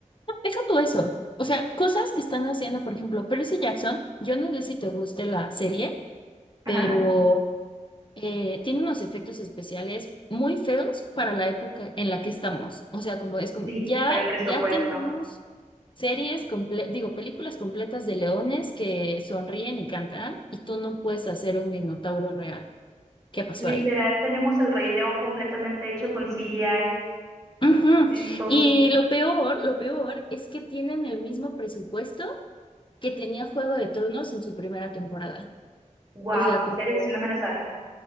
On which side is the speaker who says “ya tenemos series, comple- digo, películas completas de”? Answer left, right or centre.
Left